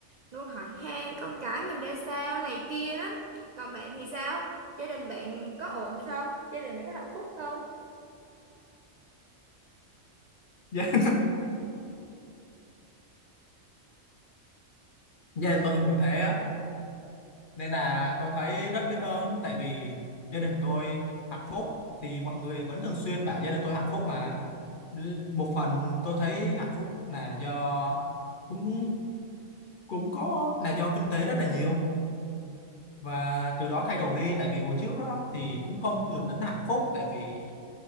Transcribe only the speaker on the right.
luôn hỏi han con cái mình ra sao này kia lắm. Còn bạn thì sao? Gia đình bạn có ổn không? Gia đình bạn có hạnh phúc không?